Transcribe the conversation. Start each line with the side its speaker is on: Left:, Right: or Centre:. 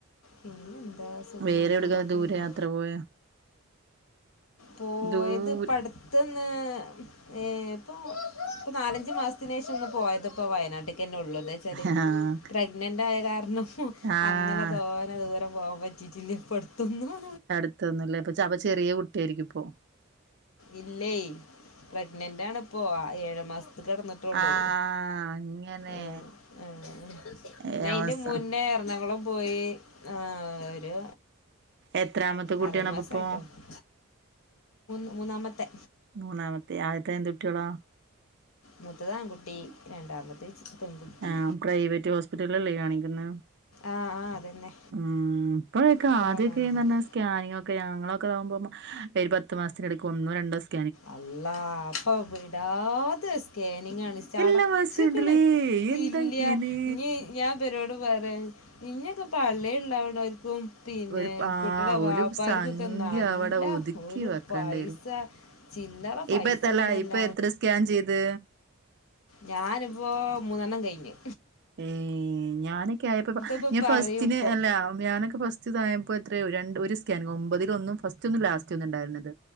Left: പിന്നെന്താ സുഖാണ്
Right: വേറെ എവിടക്കാ
Left: കൊയപ്പൊന്നുല്ല
Right: ദൂരെ യാത്ര പോയ
Left: പോയത്
Right: ദൂരെ
Left: ഇപ്പട് ത്ത്ന്ന് ഏ ഇപ്പോ ഇപ്പൊ നാലഞ്ച് മാസത്തിനേഷൊന്ന് പോയത് പ്പോ വയനാട്ട്ക്കെന്നെ ള്ളൂ എന്താ ച്ചല്
Right: ആഹ്
Left: പ്രഗ്നന്റായ കാരണം ഉം
Right: ആഹ്
Left: അങ്ങനെ തോനെ ദൂരം പോവാൻ പറ്റിട്ടില്ല ഇപ്പടുത്തൊന്നും
Right: അടുത്തൊന്നും ല്ലെ ചവ ചെറിയ കുട്ട്യാരിക്കുംപ്പോ
Left: ഇല്ലേ പ്രഗ്നന്റാണ്പ്പോ ഏഴാ മാസത്ത്ക്ക് കടന്ന്ട്ടൊള്ളൂ
Right: ആഹ് അങ്ങനെ
Left: ഉം ഉം പിന്നെ
Right: ഏ
Left: അയിന്റെ
Right: അവസ്ഥ
Left: മുന്നേ എറണാകുളം പോയി ആ ഒരു
Right: എത്രാമത്തെ കുട്ടിയാണ്
Left: ആറേഴ് മാസായിട്ടൊള്ളൂ
Right: അപ്പ ഇപ്പോ
Left: മൂന്നാമത്തെ
Right: മൂന്നാമത്തെ ആദ്യത്തെ എന്ത് കുട്ട്യാളാ
Left: മൂത്തത് ആൺകുട്ടി രണ്ടാമത്തത് പെൺകുട്ടി
Right: ആഹ് പ്രൈവറ്റ് ഹോസ് റ്റലിലല്ലെ കാണിക്ക്ന്നെ
Left: ആ ആ അതന്നെ
Right: ഉം ഇപ്പഴൊക്കെ
Left: ഇവിടെ
Right: ആദ്യക്കെഞ്ഞ
Left: വളാഞ്ചേരി
Right: സ് കാനിങൊക്കെ ഞങ്ങളൊക്കാകുമ്പോ ഒരു പത്ത് മാസത്തിന്റെടയ്ക്ക് ഒന്നോ രണ്ടോ സ്
Left: അള്ളാ ഇപ്പൊ വിടാത്ത സ്കാനിങ്ങാണ് ചടച്ച്ക്ക്ണ്
Right: എല്ലാ മാസവും ഉണ്ടല്ലേ എന്തങ്ങനെ
Left: ഇല്യാ ഇനി ഞാൻ പരോട് പറയാ ഇനിയൊക്കെ പള്ളേല്ണ്ടാവ്നോര്ക്കും പിന്നെ
Right: ഒരു ആഹ്
Left: കുട്ടിടെ വാപ്പാര്ക്കൊക്കെ
Right: ഒരു സംഖ്യ
Left: നല്ല
Right: അവിടെ ഒതുക്കി
Left: ഒരു
Right: വെക്കേണ്ടി
Left: പൈസ
Right: വരും
Left: ചില്ലറ പൈസൊന്നുഅല്ല
Right: ഇപ്പ എത്തല്ല ഇപ്പൊ എത്ര സ്കാൻ ചെയ്ത്
Left: ഞാനിപ്പോ മൂന്നെണ്ണം കഴിഞ്
Right: ഏ ഞാനൊക്കായപ്പൊ പ്പൊ
Left: ഇപ്പൊ
Right: ഞാൻ
Left: പറയും
Right: ഫസ്റ്റിന്
Left: ഇപ്പൊ
Right: അല്ല ഞാനൊക്കെ ഫസ്റ്റ് ച് തായപ്പോ എത്രെ ഒര രണ്ട് ഒരു സ്കാനിങ്‌ ഒമ്പതിലൊന്നും ഫസ്റ്റൊന്നും ലാസ്റ്റൊന്നും ണ്ടായിര്ന്നത്